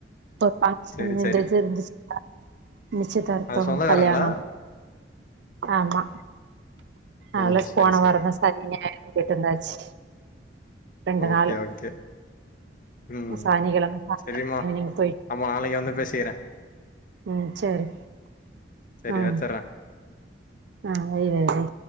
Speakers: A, on the right; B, on the left.
A: இப்ப பாக்ஸ்
B: சரி
A: ன்னது
B: சரி
A: இருந்துச்சு நிச்சயிதார்த்தம்
B: அது சொந்தக்காரங்களா
A: கல்யாணம் ஆமா
B: ஓ
A: ஆல்ல ஸ்
B: சரி
A: போன
B: சரி
A: வரந்த சனி ஞாயிறு போய்ட்டு வந்தாச்சு ரெண்டு
B: ஓகே
A: நாளு
B: ஆகே ம்
A: சனிக்கெழம சாய்ங்காலோ
B: சரிம்மா
A: ஈவினிங் போய்
B: ஆமா நாளைக்கு வந்து பேசிக்கிற
A: ம் சரி
B: சரி
A: ம்
B: வச்சர்றே
A: ஆ வை வை வை